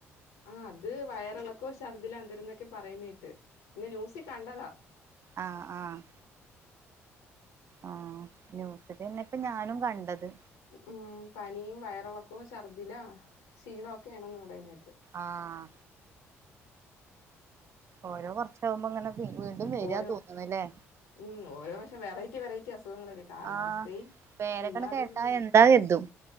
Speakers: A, on the left; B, on the right.
A: ആഹ് അത് വയറ്ളക്കോ ശർദ്ദ്ലന്തര‌ന്നക്കെ പറയ്ന്നെ കേട്ട് ഇന്ന് ന്യൂസിൽ കണ്ടതാ
B: ആഹ് ആഹ് ആഹ് ന്യൂസില്ന്നെ ഇപ്പ ഞാനും കണ്ടത്
A: മ്മ് ഉം പനിയും വയറ്ളക്കോം ശർദ്ദ്‌ല ക്ഷീണോ‌ക്കെയാണെന്ന് പറയ്ന്നെ കേട്ട്
B: ആഹ് ഓരോ വർഷാമ്പോങ്ങനെ വി വീണ്ടും വരിയാ
A: ഓരോ
B: തോന്ന്ണ്ല്ലേ
A: ഉം ഓരോ വർഷം വെറൈറ്റി വെറൈറ്റി അസുഖങ്ങളല്ലേ കാലാവസ്ഥയ്
B: ആഹ് പേരൊക്കണ്
A: എല്ലാതമില്ല്ലേ
B: കേട്ടാ എന്താ കരുതും